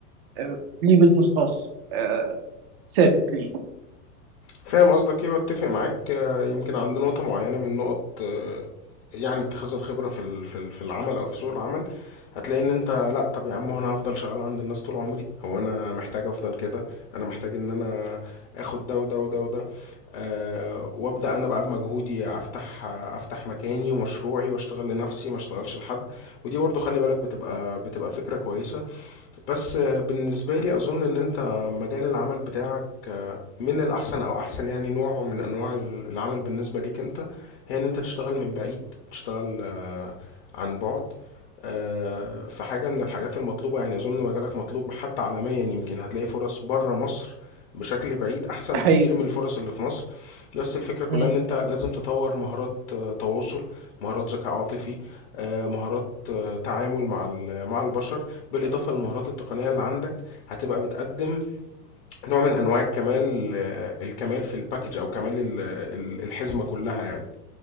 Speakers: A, on the right (about 40°); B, on the left (about 40°).
A: آه ليه بيزنس خاص آه ثابت ليه
B: فاهم قصدك ايه واتفق معاك آه، يمكن عند نقطة معينة من نقط آه، يعني اتخاذ الخبرة في ال- في ال- في العمل او في سوق العمل هتلاقي ان انت لا طب يا عم هو انا هفضل شغال عند الناس طول عمري هو انا محتاج افضل كده انا محتاج ان انا اخد ده وده وده وده آه، وابدا انا بقى بمجهودي افتح آه، افتح مكاني ومشروعي واشتغل لنفسي ما اشتغلش لحد ودي برضو خلي بالك بتبقى بتبقى فكرة كويسة بس آه، بالنسبة لي أظن إن أنت مجال العمل بتاعك آه، من الأحسن أو أحسن يعني نوع من أنواع ال- العمل بالنسبة ليك أنت هي إن أنت تشتغل من بعيد تشتغل آه، عن بعد آه، في حاجة من الحاجات المطلوبة يعني أظن مجالك مطلوب حتى عالميا يمكن هتلاقي فرص بره مصر بشكل بعيد أحسن
A: ده حقيقي
B: بكتير من الفرص اللي في مصر بس الفكرة كلها
A: مم.
B: إن أنت لازم تطور مهارات آه، تواصل مهارات ذكاء عاطفي آه، مهارات تعامل مع ال- مع البشر بالاضافه للمهارات التقنيه اللي عندك هتبقى بتقدم نوع من انواع الكمال آه، الكمال في الباكج او كمال ال- ال- الحزمه كلها يعني